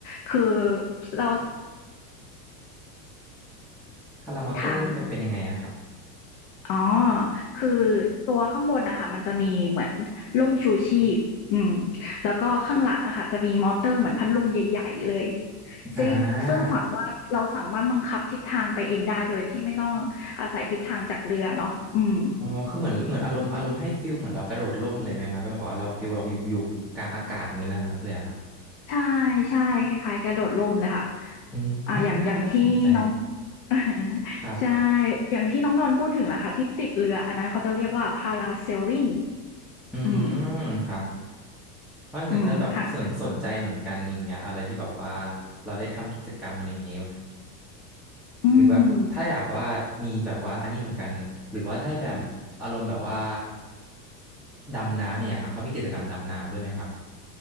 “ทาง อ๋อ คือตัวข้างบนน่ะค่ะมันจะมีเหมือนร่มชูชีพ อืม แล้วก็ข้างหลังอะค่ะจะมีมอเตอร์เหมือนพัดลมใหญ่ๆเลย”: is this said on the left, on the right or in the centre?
Left